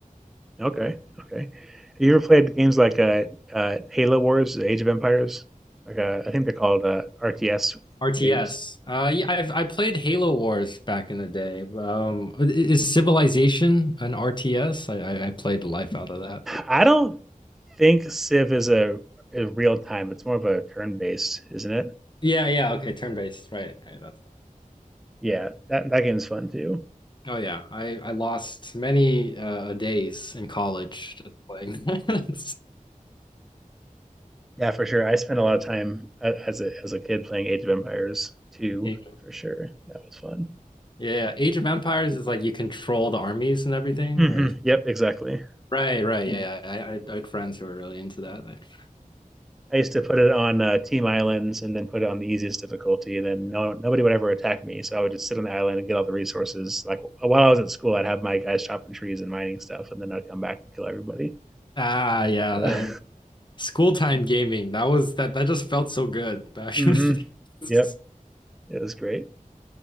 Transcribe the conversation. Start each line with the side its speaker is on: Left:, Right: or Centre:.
Centre: Okay, okay. You ever played games like uh, uh, Halo Wars, the Age of Empires? Like uh, I think they're called uh, RTS
Left: RTS.
Centre: games.
Left: Uh, yeah, I've I played Halo Wars back in the day. Um, i- is Civilization an RTS? I I, I played the life out of that.
Centre: I don't think Civ is a, a real time. It's more of a turn based, isn't it?
Left: Yeah, yeah. Okay, turn based. Right, right. That's.
Centre: Yeah, that that game's fun too.
Left: Oh yeah, I I lost many uh, days in college just playing. <laughs>
Centre: Yeah, for sure. I spent a lot of time uh, as a as a kid playing Age of Empires 2,
Left: Yeah,
Centre: for sure. That was fun.
Left: yeah. Age of Empires is like you control the armies and everything,
Centre: hmm
Left: or
Centre: Yep, exactly.
Left: right, right. Yeah, I I, I had friends who were really into that. Like,
Centre: I used to put it on uh, team islands and then put it on the easiest difficulty, and then no nobody would ever attack me. So I would just sit on the island and get all the resources. Like uh, while I was at school, I'd have my guys chopping trees and mining stuff, and then I'd come back and kill everybody.
Left: ah, yeah,
Centre: Uh,
Left: that school time gaming. That was that that just felt so good
Centre: <laughs>
Left: back
Centre: hmm
Left: in the days.
Centre: Yep,
Left: <laughs>
Centre: it was great.